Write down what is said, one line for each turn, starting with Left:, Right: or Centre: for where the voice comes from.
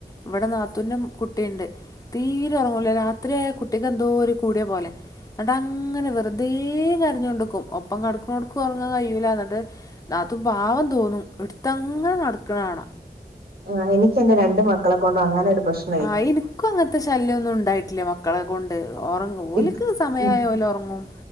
Left: ഇവിടെതാ ത്തുന്റെ കുട്ടിണ്ട് തീരെ ഉറങ്ങുല രാത്രിആയ കുട്ടിക്ക് എന്തോ ഒരു കൂടിയ പോലെ എന്നട്ട് അങ്ങനെ വെറുതെ കരഞ്ഞു കൊണ്ടക്കും ഒപ്പം കടക്കു കൊടുക്കും ഉറങ്ങാൻ കഴിയൂല എന്നിട്ട് നാത്തൂ പാവം തോന്നും എടുത്തങ്ങനെ നട്ക്ക്ണാണ
Right: ആഹ് എനിക്ക് എന്റെ രണ്ട് മക്കളെ കൊണ്ട് അങ്ങനെ ഒരു പ്രശ്
Left: ആഹ് എനിക്കും അങ്ങനത്തെ ശല്യംന്നും ഉണ്ടായിട്ടില്ല മ മക്കളെ കൊണ്ട് ഉറങ്ങും ഓൽക്ക്
Right: ഇപ്
Left: സമയായ
Right: ഇപ്
Left: ഒലെ ഉറങ്ങും